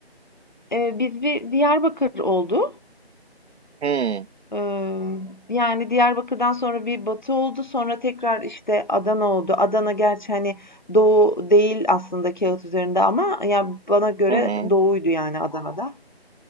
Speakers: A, on the left (about 45°); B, on the right (about 85°).
A: e, biz bir Diyarbakır oldu.
B: Hmm.
A: E, yani Diyarbakır'dan sonra bir Batı oldu. Sonra tekrar işte Adana oldu. Adana gerçi hani Doğu değil aslında kağıt üzerinde ama ya bana göre
B: Hı hı.
A: Doğu'ydu yani Adana'da.